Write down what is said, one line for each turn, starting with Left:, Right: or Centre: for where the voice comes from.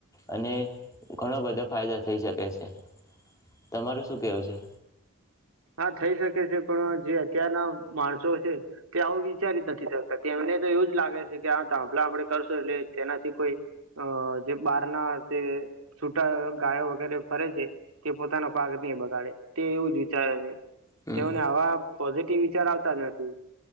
Left: અને ઘણો બધો ફાયદો થઈ શકે છે તમાર શું કેવું છે
Right: હા થઈ શકે છે પણ જે અત્યારના માણસો છે કે આવું વિચારીજ નથી તેમને તો એવું જ લાગે છે કે આ ધાફલા વડે કરશું એટલે તેનાથી કોઈ અ જે બાર ના જે છૂટા ગાયો વગેરે ફરે છે તે પોતાનો પાક નહી બગાડે તે એવું જ ચાલ અજય
Left: હમ
Right: તેઓને આવા પોઝિટિવ વિચાર આવતા જ નથી